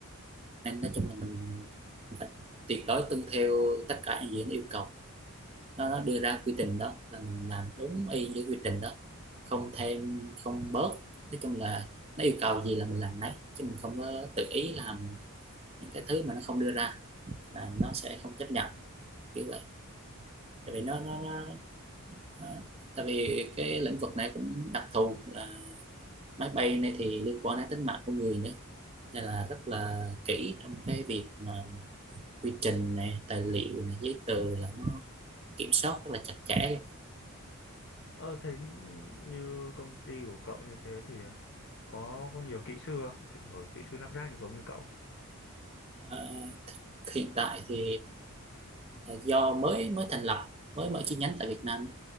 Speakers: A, on the right; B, on the left.
A: nên nói chung là mình, mình phải tuyệt đối tuân theo tất cả những gì nó yêu cầu nó nó đưa ra quy trình đó là mình làm đúng y như quy trình đó không thêm không bớt nói chung là nó yêu cầu gì là mình làm nấy chứ mình không có tự ý làm những cái thứ mà nó không đưa ra
B: Ờ,
A: là nó sẽ không chấp nhận kiểu vậy tại vì nó nó, nó, nó tại vì cái lĩnh vực này cũng đặc thù là máy bay này thì liên quan đến tính mạng của người nữa nên là rất là kỹ trong cái việc mà quy trình này tài liệu này giấy tờ là nó kiểm soát rất là chặt chẽ
B: Ờ, thế như công ty của cậu như thế thì có có nhiều kỹ sư không? Kỹ- Có kỹ sư lắp ráp giống như cậu.
A: Ờ, hiện tại thì ờ, do mới mới thành lập mới mở chi nhánh tại Việt Nam á,